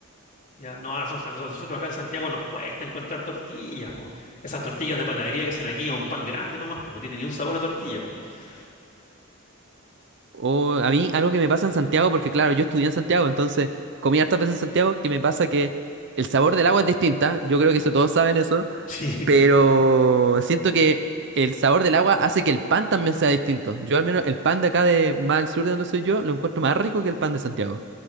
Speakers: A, on the left; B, on the right.
A: ya. No, a nosotros, a nosotros acá en Santiago nos cuesta encontrar tortillas, po. Esas tortillas de panadería que hacen aquí a un pan grande nomás, pues no tiene ni un sabor a tortilla, po. <laughs>
B: O a mí, algo que me pasa en Santiago, porque claro, yo estudié en Santiago, entonces comí hartas veces en Santiago, que me pasa que el sabor del agua es distinta. Yo creo que eso todos saben eso,
A: Sí,
B: pero siento que el sabor del agua hace que el pan también sea distinto. Yo, al menos, el pan de acá, de más al sur de donde soy yo, lo encuentro más rico que el pan de Santiago.